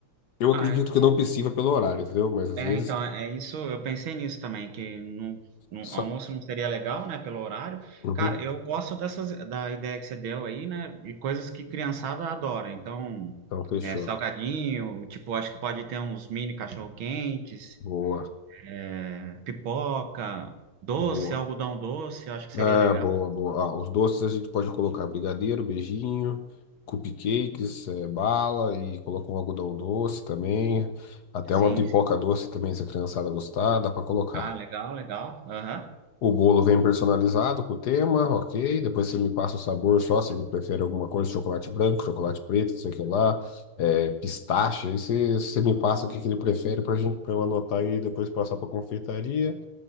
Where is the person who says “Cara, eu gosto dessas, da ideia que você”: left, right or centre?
Right